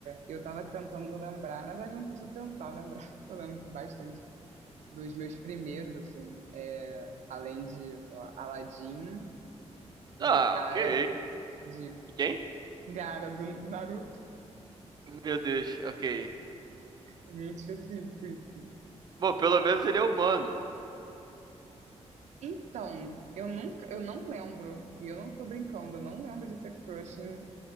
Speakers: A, on the right; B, on the right.
A: eu tava tentando lembrar, na verdade eu não preciso tentar lembrar, <laughs> eu lembro bastante dos meus primeiros, assim, é, além de, sei lá, Aladdin e
B: Ah,
A: Gara
B: ok.
A: de
B: E quem?
A: Gara do Naruto.
B: Meu Deus, ok.
A: É Muito específico isso.
B: Bom, pelo menos ele é humano.
A: Então, eu nunca, eu não lembro, e eu não tô brincando, eu não lembro de ter crush em,